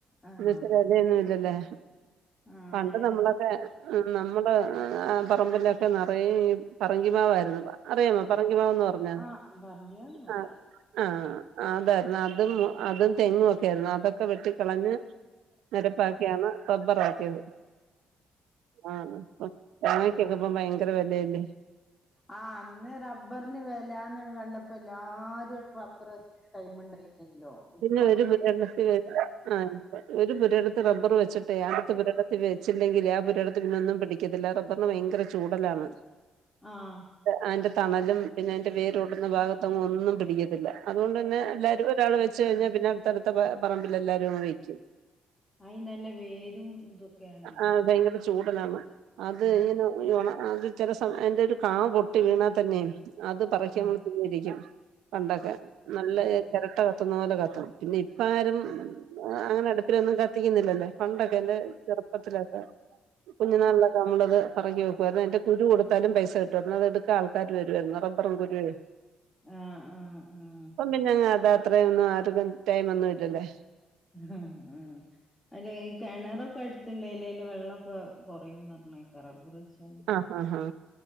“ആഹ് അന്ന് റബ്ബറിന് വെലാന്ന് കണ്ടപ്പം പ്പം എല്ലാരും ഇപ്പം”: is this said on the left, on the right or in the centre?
Left